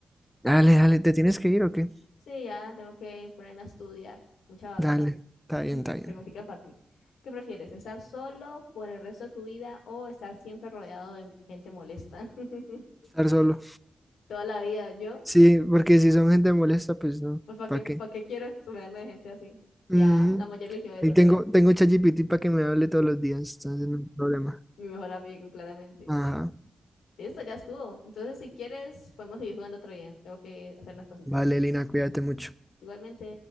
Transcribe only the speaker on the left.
Sí, ya tengo que ponerme a estudiar. Mucha vagancia.
<laughs>
Preguntita para ti. ¿Qué prefieres? ¿Estar solo por el resto de tu vida o estar siempre rodeado de gente molesta? <laughs>
Toda la vida, yo.
Pues para
qué, para
qué quiero rodearme de gente así.
Ya, la mujer eligió eso.
Mi mejor amigo, claramente.
Listo, ya estuvo. Entonces, si quieres, podemos seguir jugando otro día. Tengo que hacer unas cositas.
Igualmente.